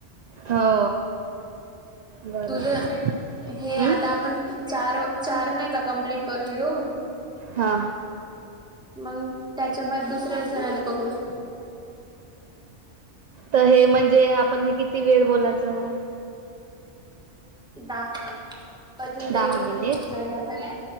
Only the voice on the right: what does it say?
हो बरं
झालं
हम्म
हा
त हे म्हणजे आपण हे किती वेळ बोलायचं हो
दहा
मिनिट